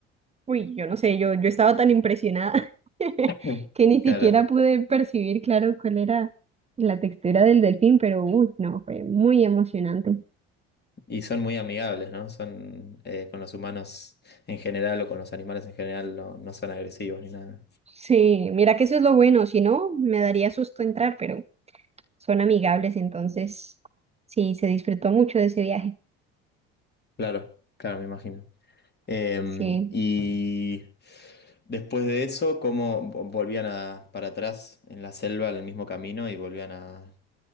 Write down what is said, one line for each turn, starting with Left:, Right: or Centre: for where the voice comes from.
Right: Uy, yo no sé, yo, yo estaba tan impresionada <laughs>
Left: Mm.
Right: que ni
Left: Claro,
Right: siquiera pude percibir, claro, cuál era la textura del delfín, pero uy, no, fue muy emocionante.
Left: y son muy amigables, ¿no? Son eh, con los humanos en general o con los animales en general, no, no son agresivos ni nada.
Right: Sí, mira que eso es lo bueno, si no, me daría susto entrar, pero son amigables, entonces sí, se disfrutó mucho de ese viaje.
Left: Claro, claro, me imagino. Em,
Right: Sí.
Left: y después de eso, como vo- volvían a, para atrás en la selva, en el mismo camino y volvían a